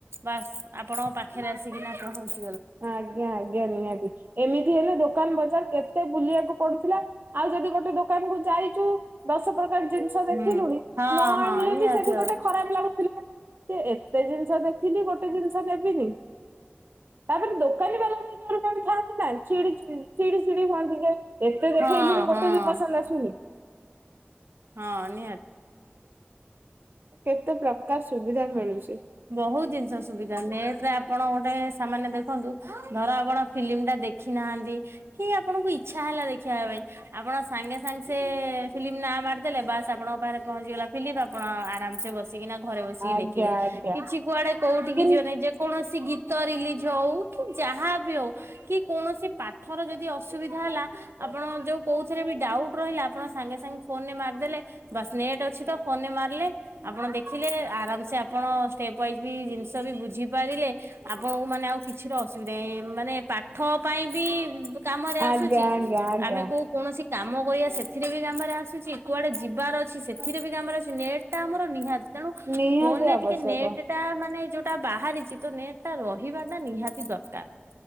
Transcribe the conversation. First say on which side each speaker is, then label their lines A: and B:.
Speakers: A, on the right; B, on the right.
A: ବାସ୍ ଆପଣଙ୍କ ପାଖରେ ଆସିକିନା ପହଞ୍ଚି।
B: ଆଜ୍ଞା ଆଜ୍ଞା ନିହାତି ଏମିତି ତି ହେଲେ ଦୋକାନ ବଜାର କେତେ ବୁଲିବାକୁ ପଡୁଥିଲା ଆଉ ଯଦି ଗୋଟେ ଦୋକାନ କୁ ଯାଇଚୁ ଦଶ ପ୍ରକାର ଜିନିଷ ଦେଖିଲୁଣି
A: ହୁଁ
B: ନ
A: ହଁ ହଁ
B: ଆଣିଲେ
A: ନିହାତି
B: ବି ସେଠି
A: ଭାବରେ
B: ଗୋଟେ ଖରାପ ଲାଗୁଥିଲା ସେ ଏତେ ଜିନିଷ ଦେଖିଲି ଗୋଟେ ଜିନିଷ ନେବିନି ତାପରେ ଦୋକାନୀ ବାଲା ବି ଜଣେ କଣ ଥାଆନ୍ତି ନା ଚିଡି ଚିଡି ଚିଡି ଚିଡି ହୁଅନ୍ତି ଏତେ ଦେଖେଇଲୁଣି
A: ହଁ ହଁ
B: ଗୋଟେ ବି ପସନ୍ଦ ଆସୁନି।
A: ହଁ ନିହାତି
B: କେତେ ପ୍ରକାର ସୁବିଧା ମିଳୁଛି।
A: ବହୁତ ଜିନିଷ ସୁବିଧା ନେଟ ରେ ଆପଣ ଗୋଟେ ସାମାନେ ଦେଖନ୍ତୁ ଧର ଆପଣ ଫିଲ୍ମ ଟା ଦେଖି ନାହାନ୍ତି କି ଆପଣଙ୍କୁ ଇଛା ହେଲା ଦେଖିବା ପାଇଁ ଆପଣ ସାଙ୍ଗେ ସାଙ୍ଗେ ସେ ଫିଲ୍ମ ନାଁ ମାରିଦେଲେ ବାସ୍ ଆପଣଙ୍କ ପାଖରେ ପହଞ୍ଚିଗଲା ଫିଲିମ୍ ଆପଣ ଆରାମସ ବସିକିନା ଘରେ ବସିକି
B: ଆଜ୍ଞା
A: ଦେଖିଲେ
B: ଆଜ୍ଞା
A: କିଛି କୁଆଡେ କୋଉଠିକି
B: କିନ୍
A: ଯିବେ ନାହିଁ ଯେକୌଣସି ଗୀତ ଗ ରିଲିଜ ହଉ କି ଯାହା ବି ହଉ କି କୌଣସି ପାଠର ଯଦି ଅସୁବିଧା ହେଲା ଆପଣ ଯୋଉ କୋଉଥିରେ ବି ଡାଉଟ୍ ରହିଲା ଆପଣ ସାଙ୍ଗେ ସାଙ୍ଗେ ଫୋନରେ ମାରିଦଲେ ବାସ୍ ନେଟ୍ ଅଛି ତ ଫୋନରେ ଆପଣ ଦେଖିଲେ ଆରାମସ ଆପଣ ଷ୍ଟେପ ୱାଇଯ ବି ଜିନିଷ ବି ବୁଝି ପାରିଲେ ଆପଣଙ୍କୁ ମାନେ ଆଉ କିଛିର ଅସୁବିଧା ନା ମାନେ ପାଠ ପାଇଁ ବି କାମରେ
B: ଆଜ୍ଞା
A: ଆସୁଛି
B: ଆଜ୍ଞା ଆଜ୍ଞା
A: ଆମେ କୋଉ କୌଣସି କାମ କରିବାହ ସେଥିରେ ବି କାମରେ ଆସୁଛି କୁଆଡେ ଯିବାର ଅଛି ସେଥିରେ ବି କାମରେ ଆସୁଛି ନେଟ୍ ଟା ଆମର ନିହାତି ତେଣୁ
B: ନିହାତି
A: ଫୋନ ରେ
B: ଆବଶ୍ୟକ।
A: ଟିକେ ନେଟ୍ ଟା ମାନେ ଯୋଉଟା ବାହାରିଛି ତ ନେଟ୍ ଟା ରହିବା ଟା ନିହାତି ଦରକାର।